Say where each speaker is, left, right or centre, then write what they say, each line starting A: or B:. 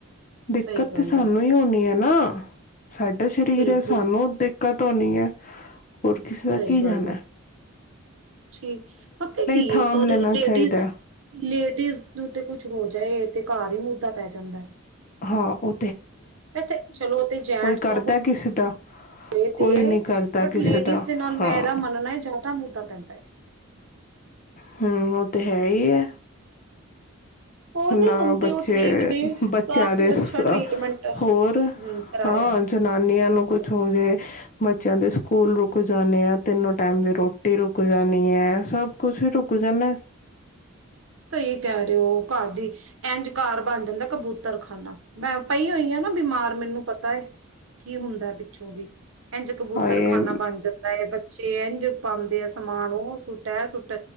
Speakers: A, on the left; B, on the right.
A: ਦਿੱਕਤ
B: ਸਹੀ ਗੱਲ
A: ਤੇ ਸਾਨੂੰ
B: ਹੈ।
A: ਈ ਹੋਣੀ ਐ ਨਾ। ਸਾਡਾ ਸ਼ਰੀਰ
B: ਬਿਲਕੁਲ
A: ਐ, ਸਾਨੂੰ ਦਿੱਕਤ ਤ ਹੋਨੀ ਐ। ਹੋਰ ਕਿਸੇ ਦਾ
B: ਸਹੀ
A: ਕੀ
B: ਗੱਲ
A: ਜਾਣਾ
B: ਹੈ
A: ਐ।
B: ਠੀਕ। ਪਤਾ ਕੀ
A: ਥਾਮ
B: ਏ, ਅ-ਦੇ
A: ਲੈਣਾ
B: ਲੇਡੀਜ਼
A: ਚਾਹੀਦਾ ਹੈ।
B: ਲੇਡੀਜ਼ ਨੂੰ ਤੇ ਕੁਛ ਹੋ ਜਾਏ ਤੇ ਘਰ ਹੀ ਮੁੱਧ੍ਹਾ ਪੈ ਜਾਂਦੈ।
A: ਹਾਂ। ਓ
B: ਵੈਸੇ ਚਲੋ ਤੇ ਜੈਂਟਸ
A: ਕਰਦਾ
B: ਨੂੰ <inaudible>
A: ਕਿਸੇ ਦਾ
B: ਤੇ,
A: ਕੋਈ ਨੀ ਕਰਦਾ
B: ਬਟ
A: ਕਿਸੇ
B: ਲੇਡੀਜ਼
A: ਦਾ
B: ਦੇ ਨਾਲ
A: ਹਾਂ
B: ਮੇਰਾ ਮੰਨਣਾ ਏ, ਜ਼ਿਆਦਾ ਮੁੱਧਾ ਪੈਂਦਾ ਏ।
A: ਹਮ ਓਹ ਤੇ ਹੈ ਈ ਐ।
B: ਹੋਰ
A: ਨਾ
B: ਨਹੀਂ ਹੁਣ ਤੇ
A: ਬੱਚੇ,
B: ਉਹ ਠੀਕ ਨੇ
A: ਬੱਚਿਆਂ
B: ਕਾਫੀ
A: ਦੇ
B: ਅੱਛਾ
A: ਸ,
B: ਟ੍ਰੀਟਮੈਂਟ
A: ਹੋਰ
B: ਹਮ ਕਰਾਇਆ।
A: ਹਾਂ
B: ਹੈ
A: ਜਨਾਨੀਆਂ
B: ਹੁਣ
A: ਨੂੰ ਕੁਛ
B: ਤੇ।
A: ਹੋ ਜੇ ਬੱਚਿਆਂ ਦੇ ਸਕੂਲ ਰੁਕ ਜਾਣੇ ਆ, ਤਿੰਨੋ ਟਾਈਮ ਦੀ ਰੋਟੀ ਰੁਕ ਜਾਣੀ ਐ। ਸਭ ਕੁਛ ਈ ਰੁਕ ਜਾਂਨਾ ਏ।
B: ਸਹੀ ਕਹਿ ਰਹੇ ਓ। ਘਰ ਦੀ, ਇੰਝ ਘਰ ਬਣ ਜਾਂਦਾ ਕਬੂਤਰ ਖਾਨਾ। ਮੈਂ ਪਈ ਹੋਈ ਆ ਨਾ ਬਿਮਾਰ, ਮੈਨੂੰ ਪਤਾ ਏ। ਕੀ ਹੁੰਦਾ ਪਿੱਛੋਂ ਦੀ। ਇੰਝ ਕਬੂਤਰ
A: ਹਾਏ
B: ਖਾਨਾ ਬਣ ਜਾਂਦਾ ਐ, ਬੱਚੇ ਇੰਝ ਪਾਂਦੇ ਆ ਸਮਾਨ। ਓਹ ਏਹ ਸੁੱਟ, ਏਹ ਸੁੱਟ।